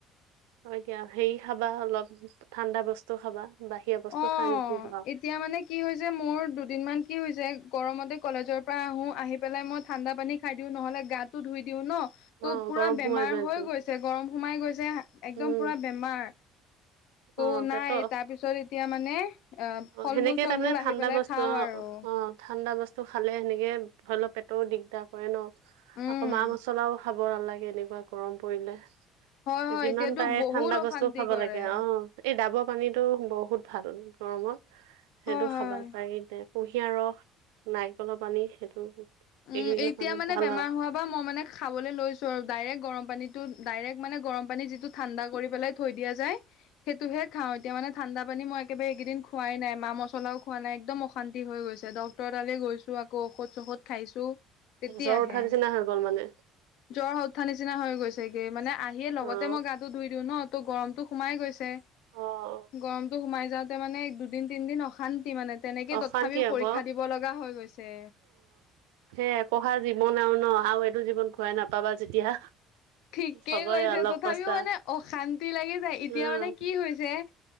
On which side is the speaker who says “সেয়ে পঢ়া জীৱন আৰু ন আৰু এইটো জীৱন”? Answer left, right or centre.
Right